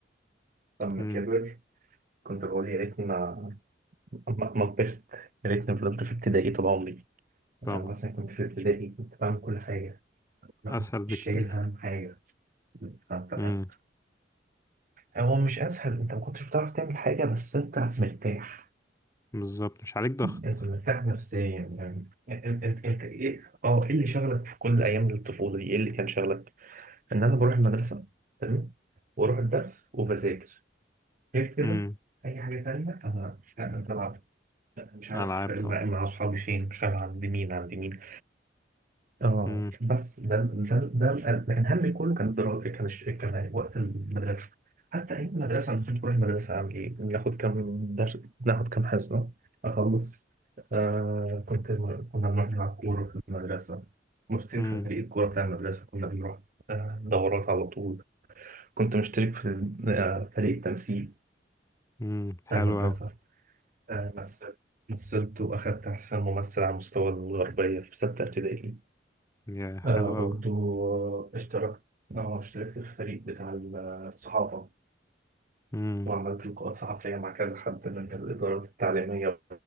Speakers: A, on the right; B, on the left.
A: لما
B: امم
A: كبر كنت بقول يا ريتني ما ما ما كبرت يا ريتني فضلت في ابتدائي طول عمري أنا
B: طبعا
A: مثلا كنت في ابتدائي كنت بعمل كل حاجة
B: اسهل بكتير
A: مش شايل هم حاجة فأنت
B: امم
A: هو مش أسهل أنت ما كنتش بتعرف تعمل حاجة بس أنت مرتاح
B: بالظبط مش عليك ضغط
A: أنت مرتاح نفسيا يعني أنت أنت أنت إيه أه إيه اللي شغلك في كل أيام الطفولة دي إيه اللي كان شغلك ان انا بروح المدرسه تمام واروح الدرس وبذاكر غير كده
B: امم
A: اي حاجه تانية انا انا بلعب مش عارف
B: العاب طبعا
A: مع مع اصحابي فين مش عارف عند مين عند مين اه
B: امم
A: بس ده ده ده القلب. لكن همي كله كان الدراسه كان الش- كان وقت المدرسه حتى ايام المدرسه انا كنت بروح المدرسه اعمل ايه؟ ناخد كام درس ناخد كام حصه اخلص آه كنت كنا بنروح نلعب كوره في المدرسه مشترك
B: امم
A: في فريق الكوره بتاع المدرسه كنا بنروح آه، دورات على طول كنت مشترك في ال- آه، فريق تمثيل
B: امم حلو
A: بتاع المدرسة
B: قوي
A: آه، مثل مثلت وأخدت أحسن ممثل على مستوى الغربية في ستة ابتدائي
B: يا حلو
A: آه،
B: قوي
A: برضو آه، اشتركت آه، اشتركت في الفريق بتاع ال- آه، الصحافة
B: امم
A: وعملت لقاءات صحفية مع كذا حد من الإدارات التعليمية